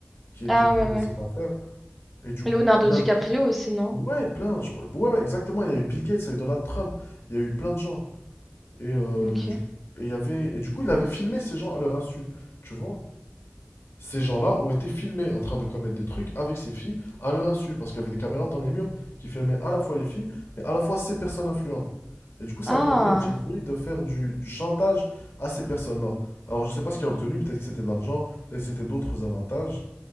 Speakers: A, on the left; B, in the centre.
A: qui était
B: Ah
A: pris
B: ouais,
A: dans
B: ouais.
A: cette affaire. Et du coup,
B: Leonardo
A: il y
B: DiCaprio
A: a-
B: aussi, non?
A: ouais, plein. je- Ouais, ouais, exactement. Il y a eu Bill Gates, il y a eu Donald Trump, il y a eu plein de gens. Et, euh,
B: Ok.
A: du... et il y avait... et du coup, il avait filmé ces gens à leur insu. Tu vois? Ces gens-là ont été filmés en train de commettre des trucs avec ces filles à leur insu, parce qu'il y avait des caméras dans les murs qui filmaient à la fois les filles, mais à la fois ces personnes influentes. Et du coup, ça
B: Ah,
A: a permis à Jeffrey de faire du, du chantage à ces personnes-là. Alors, je sais pas ce qu'il a obtenu, peut-être que c'était de l'argent, peut-être que c'était d'autres avantages,